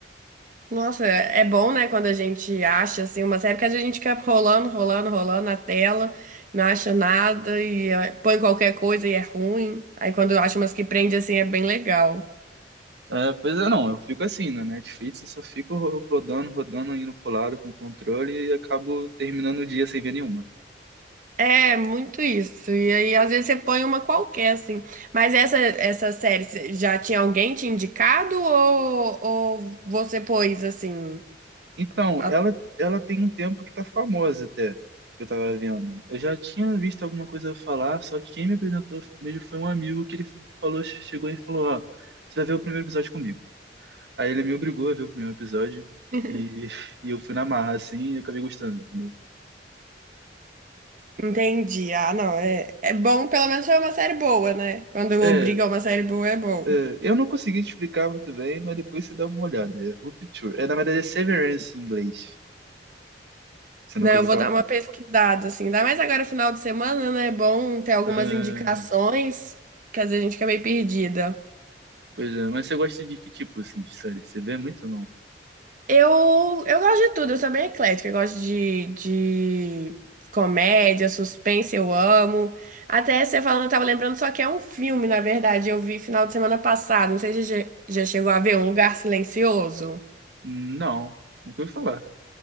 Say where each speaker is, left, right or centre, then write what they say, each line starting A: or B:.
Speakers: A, on the right; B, on the right.
A: Nossa, é é bom, né, quando a gente acha assim uma série, porque às vezes a gente fica rolando, rolando, rolando na tela, não acha nada e eh, põe qualquer coisa e é ruim. Aí quando acha umas que prende assim é bem legal.
B: Ah, pois é, não, eu fico assim, na Netflix eu só fico ro- rodando, rodando, indo pro lado com o controle e acabo terminando o dia sem ver nenhuma.
A: É, muito isso. E aí às vezes você põe uma qualquer assim. Mas essa essa série cê- já tinha alguém te indicado ou, ou você pôs assim?
B: Então,
A: a-
B: ela, ela tem um tempo que tá famosa até, que eu tava vendo. Eu já tinha visto alguma coisa falar, só que quem me apresentou mesmo foi um amigo que ele falou, chegou e falou, ó, você vai ver o primeiro episódio comigo. Aí ele me obrigou a ver o primeiro episódio
A: <laughs>
B: e, <laughs> e eu fui na marra, assim, e acabei gostando, entendeu?
A: Entendi. Ah, não, é, é bom, pelo menos foi uma série boa, né? Quando
B: É,
A: obriga uma série boa é bom.
B: é, eu não consegui te explicar muito bem, mas depois você dá uma olhada. É Rupture. É, na verdade, é Severance em inglês. Você nunca
A: Não, eu
B: ouviu
A: vou
B: falar.
A: dar uma pesquisada, assim. Ainda mais agora, final de semana, né? É bom ter algumas
B: Ah,
A: indicações, que às vezes a gente fica meio perdida.
B: pois é, mas você gosta de que tipo, assim, de série? Você vê muito ou não?
A: Eu, eu gosto de tudo, eu sou bem eclética. Eu gosto de, de comédia, suspense, eu amo. Até você falando, eu tava lembrando só que é um filme, na verdade. Eu vi final de semana passado, não sei se você já, já chegou a ver, Um Lugar Silencioso.
B: Não, nunca ouvi falar.